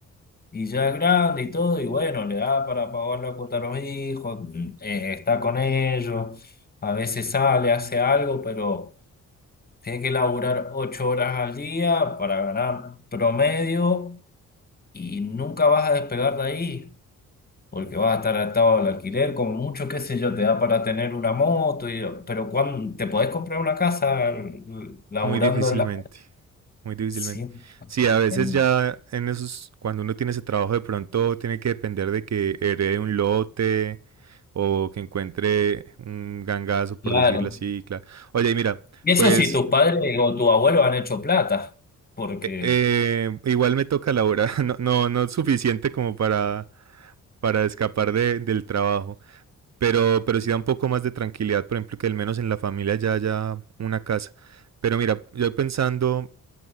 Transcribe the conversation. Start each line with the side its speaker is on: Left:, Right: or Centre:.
Left: Y ya es grande y todo, y bueno, le da para pagar la cuota a los hijos, mm, eh, está con ellos, a veces sale, hace algo, pero tiene que laburar ocho horas al día para ganar promedio y nunca vas a despegar de ahí, porque vas a estar atado al alquiler, como mucho, qué sé yo, te da para tener una moto, y- pero cuando te podés comprar una casa l- laburando
Right: Muy difícilmente,
Left: en la...
Right: muy difícilmente.
Left: Sí,
Right: Sí, a veces
Left: en-
Right: ya en esos, cuando uno tiene ese trabajo, de pronto tiene que depender de que herede un lote o que encuentre un gangazo, por
Left: claro.
Right: decirlo así, claro. Oye, y mira,
Left: Y eso
Right: pues
Left: si tus padres o tu abuelo han hecho plata, porque...
Right: eh, eh, igual me toca la hora, <laughs> no, no, no es suficiente como para, para escapar de- del trabajo, pero, pero sí da un poco más de tranquilidad, por ejemplo, que al menos en la familia ya haya una casa. Pero mira, yo pensando